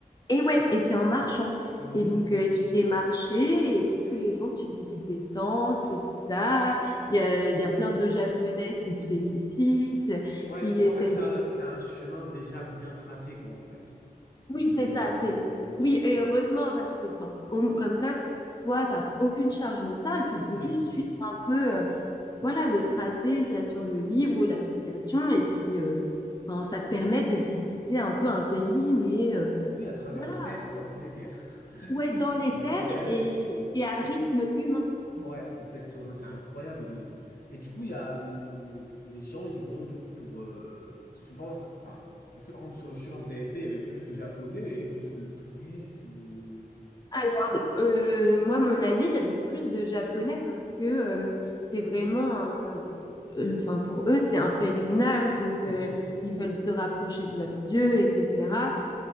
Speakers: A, on the left; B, on the left.
A: Et ouais, et c'est en marchant.
B: Ok.
A: Et donc, euh, j'ai marché, et puis tous les jours, tu visites des temples et tout ça. Il y a, il y a plein de Japonais qui te félicitent,
B: Ouais,
A: qui
B: du coup,
A: essayent
B: en fait, c'est un, c'est un chemin déjà bien tracé, quoi, en fait.
A: Oui,
B: Entre guillemets.
A: c'est ça, c'est.
B: Ok.
A: Oui, et heureusement, parce que, enfin, on- comme ça, toi, t'as aucune charge mentale, tu dois
B: Hmm.
A: juste suivre un peu, euh, voilà, le tracé qu'il y a sur le livre ou l'application, et puis, euh, enfin, ça te permet de visiter un peu un pays, mais, euh,
B: Oui, à travers
A: voilà,
B: les terres, quoi. Dans les terres. <laughs>
A: ouais, dans les
B: Dans les
A: terres
B: terres.
A: et,
B: Et
A: et à rythme humain, tu vois.
B: Ouais, exactement. C'est incroyable. Et du coup, il y a hum, les gens, ils vont du coup pour euh, souvent, ça- enfin, parce que par exemple sur le chemin que vous avez fait, il y avait plus de Japonais ou il y avait plus de touristes ou
A: Alors, euh, moi, mon année, j'avais plus de japonais parce que euh, c'est vraiment un, pour, euh, enfin, pour eux, c'est un pèlerinage, donc
B: Ok,
A: euh, ils veulent se rapprocher de leur Dieu, etc.